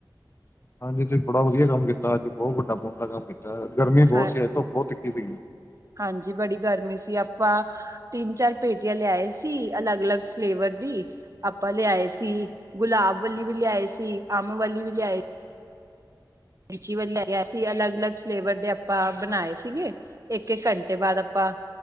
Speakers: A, on the left (about 30°); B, on the right (about 40°).
A: ਹਾਂਜੀ ਤੁਸੀਂ ਬੜਾ ਵਧੀਆ ਕੰਮ ਕੀਤਾ ਅੱਜ, ਬਹੁਤ ਵੱਡਾ ਪੁੰਨ ਦਾ ਕੰਮ ਕੀਤਾ। ਗਰਮੀ ਬਹੁਤ
B: ਹਾਂ
A: ਸੀ ਅੱਜ, ਧੁੱਪ ਬਹੁਤ ਤਿੱਖੀ ਸੀਗੀ।
B: ਹਾਂਜੀ, ਬੜੀ ਗਰਮੀ ਸੀ। ਆਪਾ ਤਿੰਨ-ਚਾਰ ਪੇਟੀਆ ਲਿਆਏ ਸੀ ਅਲੱਗ-ਅਲੱਗ ਫਲੇਵਰ ਦੀ। ਆਪਾ ਲਿਆਏ ਸੀ, ਗੁਲਾਬ ਵਾਲੀ ਵੀ ਲਿਆਏ ਸੀ, ਅੰਬ ਵਾਲੀ ਵੀ ਲਿਆਏ ਲੀਚੀ ਵਾਲੀ ਸੀ ਅਲੱਗ-ਅਲੱਗ ਫਲੇਵਰ ਦੇ ਆਪਾਂ ਬਣਾਏ ਸੀਗੇ ਇੱਕ-ਇੱਕ ਘੰਟੇ ਬਾਅਦ ਆਪਾ